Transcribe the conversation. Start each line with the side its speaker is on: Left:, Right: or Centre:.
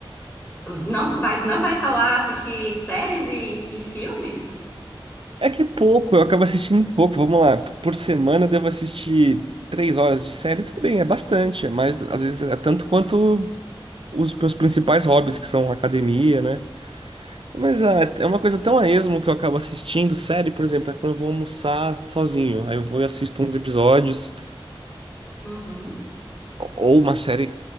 Left: Não vai, não vai falar assistir séries e, e filmes?
Right: É que é pouco, eu acabo assistindo pouco, vamos lá. Por semana eu devo assistir três horas de série, tudo bem, é bastante, mas às vezes é tanto quanto os meus principais hobbies, que são academia, né? Mas ah, é uma coisa tão a esmo que eu acabo assistindo série, por exemplo, é quando eu vou almoçar sozinho. Aí eu vou e assisto uns episódios,
Left: Uhum.
Right: ou uma série,